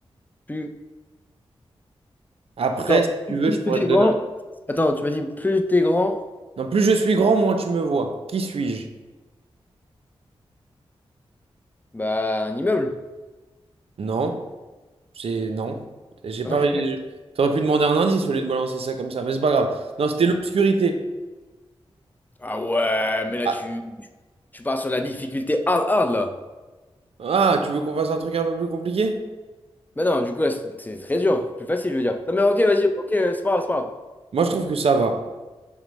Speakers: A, on the left (about 15°); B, on the right (about 65°).
A: Plus,
B: Après,
A: attends,
B: si tu veux,
A: plus
B: je pourrais
A: plus t'es
B: te donner.
A: grand.
B: un-
A: Attends, tu m'as dit plus t'es grand,
B: Non, plus je suis grand, moins tu me vois. Qui suis-je?
A: bah un immeuble.
B: Non, c'est non. J'ai pas.
A: Ok.
B: je- T'aurais pu demander un indice au lieu de balancer ça comme ça, mais c'est pas grave. Non, c'était l'obscurité.
A: Ah ouais, mais là
B: Ah,
A: tu, tu pars sur la difficulté hard hard là.
B: Ah, tu veux qu'on fasse un truc un peu plus compliqué?
A: Bah non, du coup, là, c'est c'est très dur. Plus facile, je veux dire. Non, mais ok, vas-y, ok, c'est pas grave, c'est pas grave.
B: Moi, je trouve que ça va.